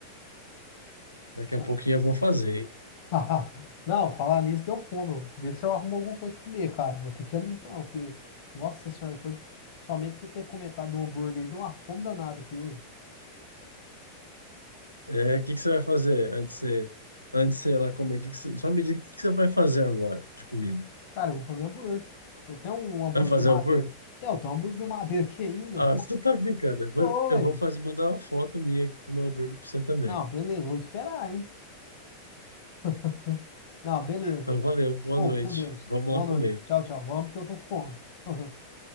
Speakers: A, on the left; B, on the left.
A: Daqui
B: não,
A: a pouquinho eu vou fazer, hein?
B: <laughs> Não, falar nisso deu fome. Eu vê se eu arrumo alguma coisa pra comer, cara. Vou ter que ir ali então, porque, nossa senhora, depois de... somente você ter comentado do hambúrguer aí, deu uma fome danada aqui, oi.
A: É, o que que você vai fazer antes de você, antes de você ir lá comer? Que que você- só me diga o que que você vai fazer agora de comida.
B: Cara, eu vou fazer hambúrguer. Eu tenho um hambúrguer
A: Vai fazer
B: do madeira.
A: hambúrguer?
B: Tem, eu tenho um hambúrguer do madeira aqui ainda.
A: Ah, você tá brincando. Eu vou,
B: <laughs> Tô,
A: eu
B: ué.
A: vou fazer, mandar uma foto minha aqui do meu hambúrguer pra você também.
B: Não, beleza, vou esperar, hein? <laughs> Não, beleza.
A: Então, valeu, boa
B: Ou,
A: noite.
B: fico com Deus.
A: Vamos
B: Boa
A: lá comer.
B: noite. Tchau, tchau. Vamos porque eu tô com fome. <laughs>